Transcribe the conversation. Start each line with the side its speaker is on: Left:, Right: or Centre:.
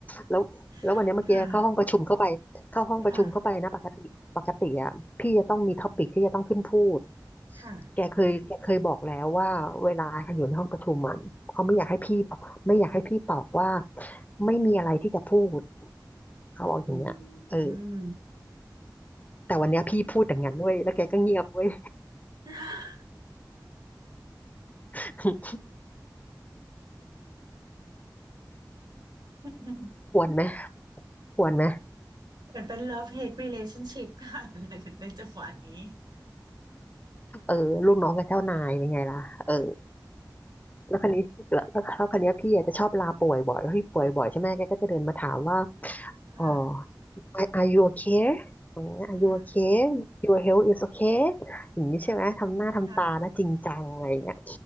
Left: แล้วแล้ววันเนี้ยเมื่อกี้เข้าห้องประชุมเข้าไปเข้าห้องประชุมเข้าไปนะปกติปกติอ่ะพี่จะต้องมีท็อปิกที่จะต้องขึ้นพูด
Right: <laughs> ค่ะค่ะค่ะ
Left: แกเคยแกเคยบอกแล้วว่าเวลาอยู่ในห้องประชุมมันเขาไม่อยากให้พี่บอกไม่อยากให้พี่ตอบว่าไม่มีอะไรที่จะพูดเขาบอกอย่างเงี้ยเออ
Right: อืม
Left: แต่วันเนี้ยพี่พูดอย่างนั้นด้วยแล้วแกก็เงียบเว้ย
Right: <laughs>
Left: <laughs>
Right: เหม
Left: ควรไหมควรไหม
Right: ือนเป็น love hate relationship ค่ะในในจังหวะนี้
Left: เออลูกน้องกับเจ้านายเป็นไงล่ะเออ แล้วคันนี้แล้วแล้วคันนี้ยพี่อาจจะชอบลาป่วยบ่อยแล้วพี่ป่วยบ่อยใช่ไหมแกก็จะเดินมาถามว่า
Right: ค่ะ
Left: เออ are are you okay อย่างเงี้ย are
Right: ค่ะ
Left: you okay your health is okay อย่างนี้ใช่ไหมทำหน้าทำตานะจริงจังอะไรอย่างเงี้ย
Right: ค่ะค่ะ